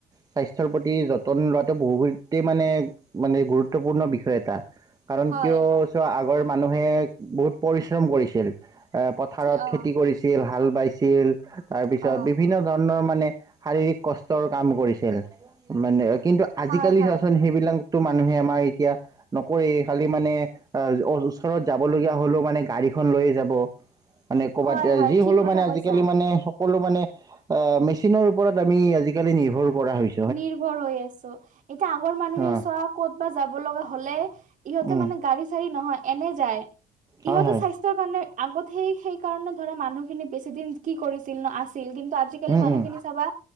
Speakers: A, on the right (about 20°); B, on the right (about 50°).
A: স্বাস্থ্যৰ প্ৰতি যতন লোৱাটো বহুতেই মানে মানে গুৰুত্বপূৰ্ণ বিষয় এটা। কাৰণ
B: হয়
A: কিয় চোৱা আগৰ মানুহে বহুত পৰিশ্ৰম কৰিছিল। এ পথাৰত
B: ঠিক অ
A: খেতি কৰিছিল, হাল বাইছিল। তাৰপিছত
B: অ
A: বিভিন্ন ধৰণৰ মানে, শাৰীৰিক কষ্টৰ কাম কৰিছিল মানে কিন্তু আজিকালি
B: হয় হয়
A: চোৱাচোন সেইবিলাক, তো মানুহে আমাৰ এতিয়া, নকৰি খালি মানে আহ ওচৰত যাব লগীয়া হলেও মানে গাড়ীখন লৈয়ে যাব। মানে ক'ৰবাত
B: হয় হয়
A: যি
B: ঠিক
A: হলেও
B: কথা
A: মানে আজিকালি
B: কৈছা
A: মানে সকলো মানে এ মেচিনৰ ওপৰত আমি আজিকালি নিৰ্ভয় কৰা হৈছোঁ।
B: নিৰ্ভৰ হৈ আছো এতিয়া আগৰ মানুহে
A: অ
B: চোৱা ক'ত বা যাব লগা হলে, ইহতে
A: উম
B: মানে গাড়ী-চাড়ী নহয় এনে যায়।
A: হয়
B: ইহঁতে
A: হয়
B: স্বাস্থ্য কাৰণে আগত সেই সেইকাৰণে ধৰা মানুহখিনি বেছি দিন কি কৰিছিল ন, আছিল কিন্তু আজি কালি
A: উম
B: মানুখিনি
A: উম
B: চাবা